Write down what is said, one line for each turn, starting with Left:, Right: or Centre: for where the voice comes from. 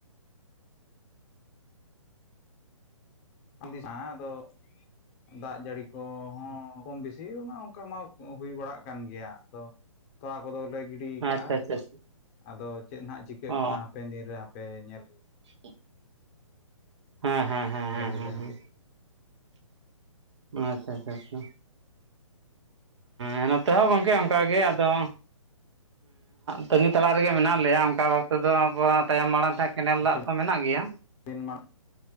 Left: ᱟᱸ ᱟᱫᱚ ᱫᱟᱜ ᱡᱟᱹᱲᱤ ᱠᱚᱦᱚᱸ ᱠᱚᱢ ᱵᱮᱥᱤ ᱢᱟ ᱚᱱᱠᱟ ᱢᱟ ᱦᱩᱭ ᱵᱟᱲᱟᱜ ᱠᱟᱱ ᱜᱮᱭᱟ ᱟᱫᱚ ᱛᱚᱞᱟ ᱠᱚᱫᱚᱞᱮ ᱜᱤᱰᱤ ᱠᱟᱜᱼᱟ
Right: ᱟᱪᱪᱷᱟ ᱟᱪᱪᱷᱟ ᱟᱪᱪᱷᱟ
Left: ᱟᱫᱚ ᱪᱮᱫ ᱦᱟᱸᱜ ᱪᱤᱠᱟᱹᱜ
Right: ᱚ
Left: ᱠᱟᱱᱟ ᱦᱟᱯᱮᱱ ᱫᱤᱱᱨᱮ ᱦᱟᱯᱮ ᱧᱮᱞ
Right: <unintelligible> ᱦᱮᱸ ᱦᱮᱸ ᱦᱮᱸ
Left: ᱧᱮᱞ
Right: ᱦᱮᱸ
Left: ᱦᱩᱭ
Right: ᱦᱮᱸ
Left: ᱞᱮᱱᱜᱮ
Right: ᱦᱮᱸ ᱟᱪᱪᱷᱟ ᱟᱪᱷᱟ ᱟᱪᱷᱟ ᱦᱮᱸ ᱱᱚᱛᱮ ᱦᱚᱸ ᱜᱚᱝᱠᱮ ᱚᱱ ᱚᱱᱠᱟᱜᱮ ᱟᱫᱚ ᱦᱟᱸᱜ ᱛᱟᱹᱜᱤ ᱛᱟᱲᱟ ᱨᱮᱜᱮ ᱢᱮᱱᱟᱜ ᱞᱮᱭᱟ ᱚᱱᱠᱟ ᱛᱮᱫᱚ ᱟᱵᱚᱣᱟᱜ ᱛᱟᱭᱚᱢ ᱢᱟᱲᱟᱝ ᱛᱮ ᱠᱮᱱᱮᱞ
Left: ᱠᱤᱪᱷᱩ
Right: ᱫᱟᱜ ᱛᱚ ᱢᱮᱱᱟᱜ ᱜᱮᱭᱟ
Left: ᱫᱤᱱ ᱢᱟᱱ